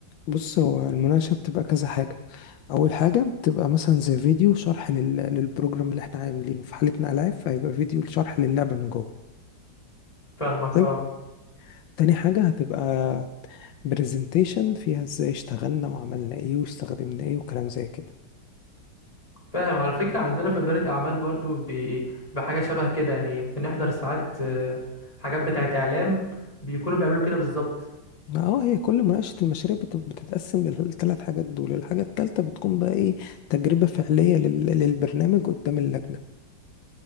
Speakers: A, on the left; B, on the left.
A: بص هو المناقشة بتبقى كذا حاجة أول حاجة بتبقى مثلا زي فيديو شرح لل... للبروجرام اللي احنا عاملينه في حالتنا ألعاب فهيبقى فيديو شرح للعبة من جوه
B: فاهمك
A: حلو
B: اه
A: تاني حاجة هتبقى برزنتيشن فيها ازاي اشتغلنا وعملنا ايه واستخدمنا ايه وكلام زي كده
B: فاهم على فكرة عندنا في إدارة أعمال برضو بي- بحاجة شبه كده يعني بنحضر ساعات آه، حاجات بتاعة إعلام بيكونوا بيعملوا كده بالظبط
A: ما اه هي كل مناقشة المشاريع بت- بتتقسم للثلاث حاجات دول الحاجة التالتة بتكون بقى ايه تجربة فعلية لل... للبرنامج قدام اللجنة